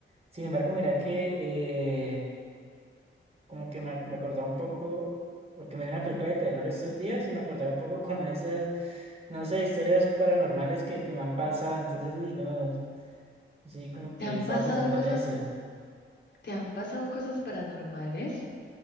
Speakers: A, on the right; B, on the left.
A: Sin embargo, mira que eh, como que me, ac- me acordaba un poco, porque me vi una película de terror estos días y me acordaba un poco como de esas, no sé, historias paranormales que, que me han pasado. Entonces, y no, sí, como
B: ¿Te
A: que
B: han
A: estaba
B: pasado
A: pensando
B: cosas,
A: en eso.
B: te han pasado cosas paranormales?